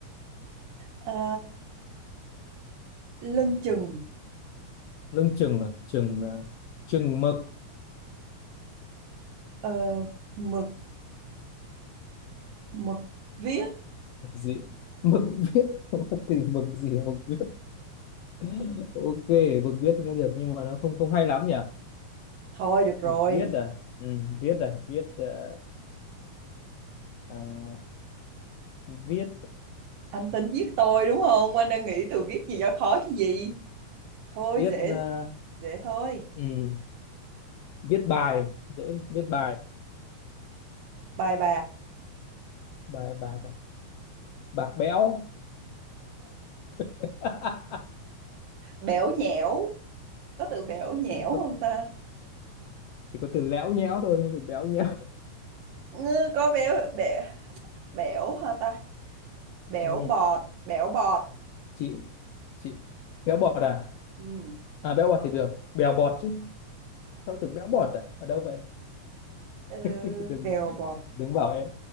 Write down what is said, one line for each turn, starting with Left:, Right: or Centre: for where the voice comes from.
Right: ờ, lưng chừng
Left: lưng chừng à chừng à, chừng mực
Right: ờ, mực mực viết
Left: gì mực viết <laughs> không có từ mực gì mà mực viết <laughs> ok mực viết nghe được nhưng mà nó không không hay lắm nhỉ
Right: thôi được rồi
Left: mực viết à ừ, viết à viết ờ, à, viết
Right: anh tính giết tôi đúng không anh đang nghĩ từ viết gì cho khó chứ gì thôi
Left: viết
Right: dễ
Left: ờ,
Right: dễ thôi
Left: ừ, viết bài dễ viết bài
Right: bài bạc
Left: bài bạc à? bạc béo <laughs>
Right: bẽo nhẽo có từ bẽo nhẽo
Left: có,
Right: không ta
Left: chỉ có từ léo nhéo thôi không có từ béo nhéo
Right: Ngư, có béo bẻ, bẽo hả ta bẽo
Left: ừ.
Right: bọt bẽo bọt
Left: chị chị béo bọt à
Right: ừ.
Left: à béo bọt thì được bèo bọt chứ sao từ béo bọt à ở đâu vậy
Right: ờ,
Left: <laughs> đừng
Right: bèo bọt
Left: đừng bảo em